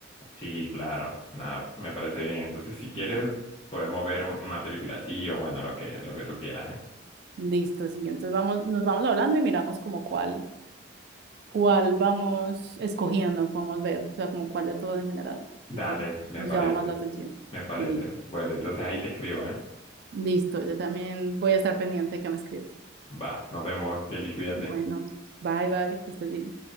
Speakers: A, on the left; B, on the right.
A: sí, claro, nada, me parece bien. Entonces, si quieres,
B: Vale.
A: podemos ver un- una película así o bueno, lo que, lo que tú quieras, ¿eh?
B: Listo, sí. Entonces vamos, nos vamos hablando y miramos como cuál. cuál vamos escogiendo, podemos ver, o sea, como cuál de todo en general
A: Dale,
B: de todo,
A: me
B: nos
A: parece.
B: llama más la atención.
A: Me parece.
B: listo
A: Bueno, entonces ahí te escribo, ¿eh?
B: Listo, yo también voy a estar pendiente de que me escribas.
A: Va, nos vemos, Kelly, cuídate.
B: Bueno, bye bye, que estés bien.